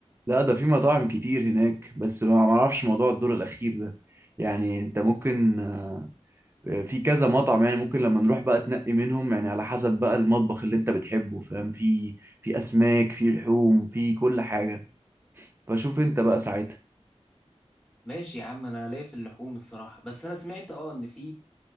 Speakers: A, on the right; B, in the centre.
A: لا ده في مطاعم كتير هناك بس ما معرفش موضوع الدور الأخير ده يعني انت ممكن آه، في كذا مطعم يعني ممكن لما نروح بقى تنقي منهم يعني على حسب بقى المطبخ اللي انت بتحبه فاهم في في أسماك في لحوم في كل حاجة فشوف انت بقى ساعتها
B: ماشي يا عم انا ليا في اللحوم الصراحة بس انا سمعت اه ان في